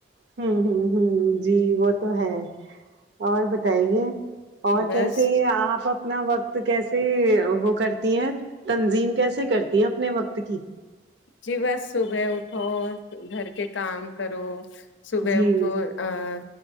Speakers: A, on the right (about 65°); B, on the left (about 80°).
A: ھمم ھمم ھمم جی وہ تو ہے اور بتائیے اور
B: بس
A: کیسے آپ اب اپنا وقت کیسے وہ کرتی ہیں تنظیم کیسے کرتی ہیں اپنے وقت کی
B: جی بس صبح اٹھو گھر کے کام کرو صبح
A: جی
B: اٹھو ا